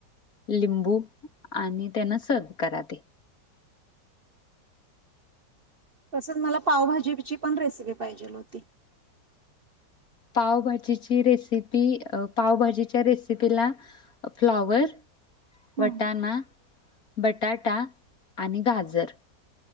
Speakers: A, on the left; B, on the right.
A: लिंबू, आणि त्यांना सर्व करा ते.
B: तसंच मला, पावभाजीची पण रेसिपी, पाहिजेल होती.
A: पावभाजीची रेसिपी, अ पावभाजीच्या रेसिपीला फ्लॉवर,
B: हा
A: वटाणा बटाटा आणि गाजर,